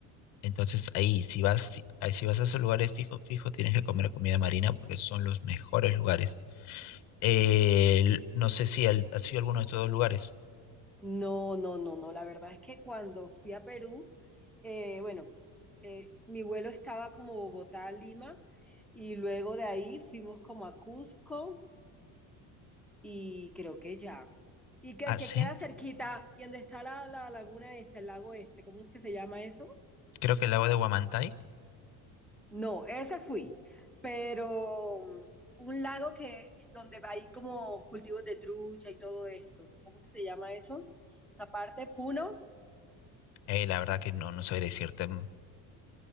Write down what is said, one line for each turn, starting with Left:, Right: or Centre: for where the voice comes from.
Left: Entonces ahí, si vas, fi- ahí, si vas a esos lugares fijos, fijo, tienes que comer comida marina porque son los mejores lugares. Eh, el- no sé si al- has sido alguno de estos dos lugares.
Centre: No, no, no, no. La verdad es que cuando fui a Perú, eh, bueno, eh, mi vuelo estaba como Bogotá a Lima y luego de ahí fuimos como a Cusco y creo que ya. Y que
Left: Ah,
Centre: el que
Left: sí,
Centre: queda cerquita y donde está la, la laguna esta, el lago este, ¿cómo es que se llama eso?
Left: creo que el lago de Guamantay.
Centre: No, ese fui, pero um, un lago que donde hay como cultivos de trucha y todo esto. ¿Cómo que se llama eso? Aparte, Puno.
Left: Eh, la verdad que no, no sabría decirte.